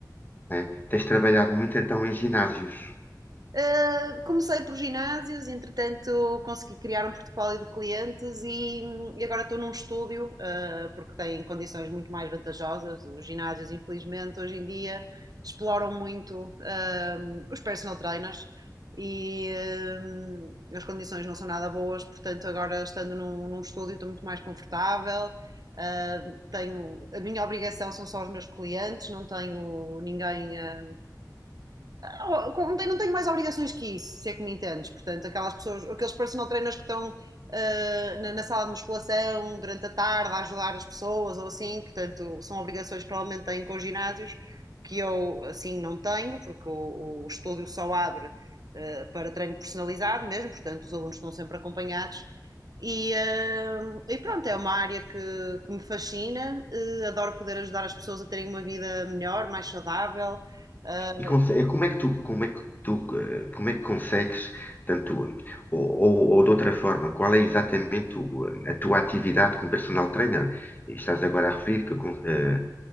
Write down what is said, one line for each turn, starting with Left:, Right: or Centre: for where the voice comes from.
Left: é. Tens trabalhado muito então em ginásios.
Right: Uh, comecei por ginásios, entretanto consegui criar um portfólio de clientes e, e agora estou num estúdio, uh, porque tem condições muito mais vantajosas. Os ginásios, infelizmente, hoje em dia exploram muito, um, os personal trainers e, um, as condições não são nada boas, portanto, agora estando num, num estúdio estou muito mais confortável. Uh, tenho, a minha obrigação são só os meus clientes, não tenho ninguém a Oh, Não tenho, mais obrigações que isso, se é que me entendes. Portanto, aquelas pessoas, aqueles personal trainers que estão ah, na, na sala de musculação durante a tarde a ajudar as pessoas ou assim, portanto, são obrigações que provavelmente têm com os ginásios que eu assim não tenho, porque o, o estúdio só abre ah, para treino personalizado mesmo, portanto, os alunos estão sempre acompanhados. E, ah, e pronto, é uma área que, que me fascina, eh, adoro poder ajudar as pessoas a terem uma vida melhor, mais saudável. Ah,
Left: E conse- como é que tu, como é que tu, eh, como é que consegues, tanto, eh, ou, ou, ou de outra forma, qual é exatamente o, eh, a tua atividade como personal trainer? E Estás agora a referir que, con- eh,